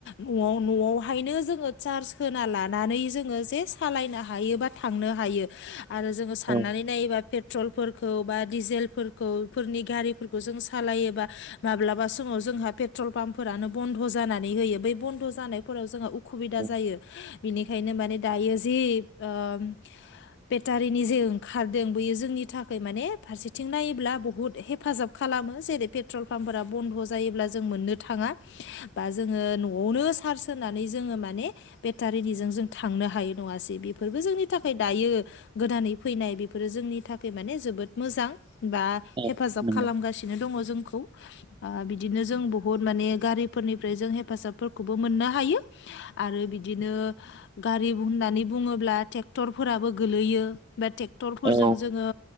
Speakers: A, on the left; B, on the right.
A: नआव न'आवहायनो जोङो चार्ज होना लानानै जोङो जे सालायनो हायो बा थांनो हा हायो आरो जोङो साननानै
B: औ
A: नायोबा पेट्रलफोरखौ बा डिजेलफोरखौ फोरनि गारि फोरखौ जों सालायोबा माब्लाबा समाव जोंङो पेट्रल पाम्पफोरानो ब'न्द जानानै होयो बै बन ध' जानायफोराव जोंङो उखुबिदा
B: औ
A: जायो बिनिखायनो माने दायो जि ओम बेटारिनि जे ओंखारदों बेयो जोंनि थाखाय माने फारसेथिं नायोब्ला बुहुत हेफाजाब खालामो जेरै पेट्रल पाम्पफोरा बन्द' जायोब्ला जों मोननो थाङा बा जोङो न'आवनो चार्स होनानै जोङो माने बेटारिनिजों जों थांनो हायो नङासै बेफोरबो जोंनि थाखाय दायो गोदानै फैनाय बेफोरो जोंनि थाखाय माने जोबोद मोजां बा
B: औ
A: हेफाजाब
B: नंगौ
A: खालामगासिनो दङ जोंखौ बा बिदिनो जों बुहुद माने गारिफोरनिफ्राय जों हेफाजाबफोरखौबो मोननो हायो आरो बि दिनो गारि होननानै बुङोब्ला ट्रेक्टरफोराबो गोलैयो बे टेक्टर फोरजों
B: औ
A: जोङो